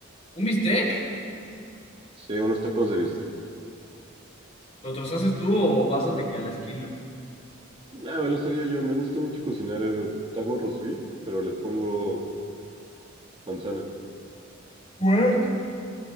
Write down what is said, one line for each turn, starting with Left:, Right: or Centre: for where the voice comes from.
Left: ¿Un bistec?
Right: Sí, unos tacos de bistec.
Left: ¿Lo haces tú o vas a de que a la esquina?
Right: Ah, me lo sería yo. Me gusta mucho cocinar el taco roast beef, pero le pongo manzana.
Left: What?